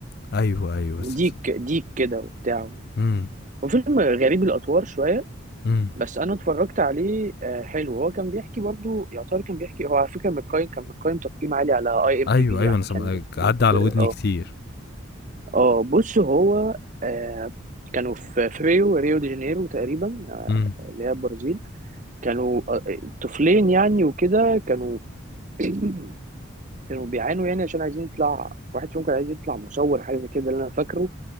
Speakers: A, on the left; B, on the right.
A: ايوه ايوه
B: ديك
A: بس
B: ديك كده وبتاع
A: امم
B: هو فيلم غريب الاطوار شويه
A: امم
B: بس انا اتفرجت عليه آه، حلو هو كان بيحكي برضو يعتبر كان بيحكي هو على فكره متقيم كان متقيم تقييم عالي على اي ام
A: ايوه
B: دي بي
A: ايوه
B: يعني
A: انا سم...
B: كان مت...
A: عدى
B: مت...
A: على ودني
B: اه
A: كتير
B: اه بص هو آه، كانوا في في ريو ريو دي جانيرو تقريبا آه،
A: امم
B: اللي هي البرازيل كانوا آه، طفلين يعني وكده كانوا <clears throat> كانوا بيعانوا يعني عشان عايزين يطلع واحد فيهم كان عايز يطلع مصور حاجه زي كده ده اللي انا فاكره